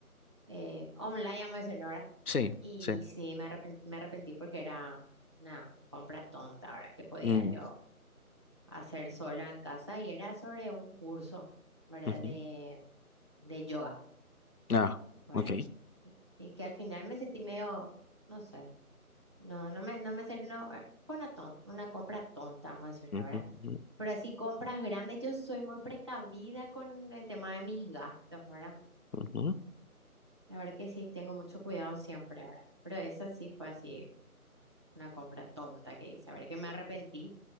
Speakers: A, on the right; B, on the left.
A: eh, online, vamos a decirlo, ¿verdad?
B: Sí,
A: Y
B: sí.
A: sí, me arrepentí, me arrepentí porque era una compra tonta, ¿verdad? Que podía
B: Mm,
A: yo hacer sola en casa y era sobre un curso, ¿verdad?
B: ujú.
A: De, de yoga,
B: Ah,
A: ¿verdad?
B: ok.
A: Y, y que al final me sentí medio, no sé, No, no me, no me salió, no, eh, fue una ton- una compra tonta, vamos a decirle,
B: Ujú,
A: ¿verdad?
B: ujú,
A: Pero así compras grandes, yo soy muy precavida con el tema de mis gastos, ¿verdad?
B: ujú.
A: La verdad que sí, tengo mucho cuidado siempre, ¿verdad? Pero esa sí fue así, una compra tonta que hice, ¿verdad? Que me arrepentí.